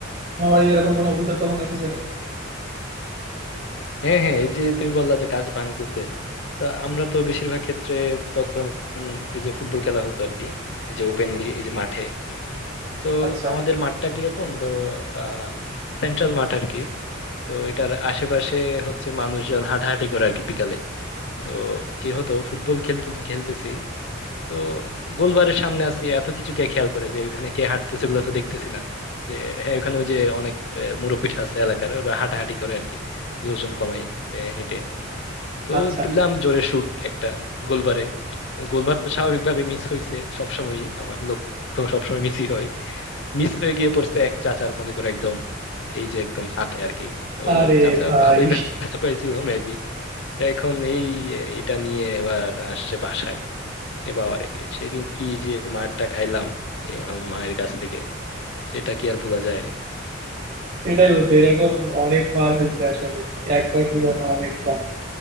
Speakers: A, on the right; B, on the left.
A: তোমার বাড়ি এরকম কোনো অভিযোগ কখনো এসেছে নাকি
B: হ্যাঁ হ্যাঁ এই যে তুমি বললা যে কাজ ভাঙতেছে তো আমরা তো বেশিরভাগ ক্ষেত্রে তখন এই যে ফুটবল খেলা হতো আর কি এই যে ওপেনলি এই যে মাঠে তো
A: আচ্ছা
B: আমাদের মাঠটা কিরকম ধরো আহ সেন্ট্রাল মাঠ আর কি তো এটার আশেপাশে হচ্ছে মানুষজন হাঁটাহাঁটি করে আর কি বিকালে তো কি হতো ফুটবল খেলতেছি খেলতেছি তো গোলবারের সামনে আছি এত কিছু কে খেয়াল করে যে ওখানে কে হাঁটতেছে ওগুলো তো দেখতেছি না যে হ্যাঁ ওখানে ওই যে অনেক আহ, মুরব্বি আছে এলাকার ওরা হাঁটাহাঁটি করে আর কি যে ওজন কমায় আহ, হেঁটে তো
A: আচ্ছা
B: দিলাম জোরে শুট একটা গোলবারে গোলবার তো স্বাভাবিকভাবে মিস হয়েছে সবসময়ই আমার লক্ষ্য সবসময় মিসই হয় মিস হয়ে গিয়ে পড়ছে এক চাচার মনে করে একদম এই যে একদম হাতে আর কি তো
A: আরে
B: চাচা
A: ভাই
B: ভালোই ব্যথা পাইছিল মেবি এখন এই এটা নিয়ে এবার আসছে বাসায় এ বাবা রে সেদিন কি যে মারটা খাইলাম এ আম- মায়ের কাছ থেকে সেটা কি আর ভোলা যায়
A: এটাই বলতে এরকম অনেকবার হয়েছে আসলে একবার দুইবার না অনেকবার